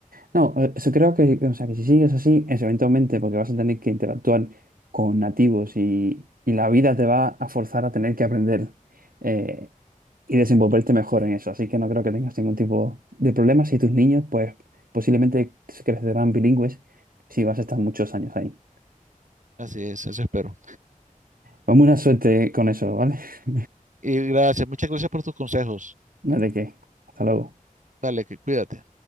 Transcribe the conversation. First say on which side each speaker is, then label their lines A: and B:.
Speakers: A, on the right; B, on the right.
A: No, eh, eso creo que, o sea, que si sigues así, es eventualmente porque vas a tener que interactuar con nativos y, y la vida te va a forzar a tener que aprender eh, y desenvolverte mejor en eso. Así que no creo que tengas ningún tipo de problemas y tus niños, pues posiblemente se crecerán bilingües si vas a estar muchos años ahí.
B: Así es, eso espero.
A: Pues buena suerte con eso, ¿vale? <laughs>
B: Y gracias, muchas gracias por tus consejos.
A: No hay de qué. Hasta luego.
B: Dale, que cuídate.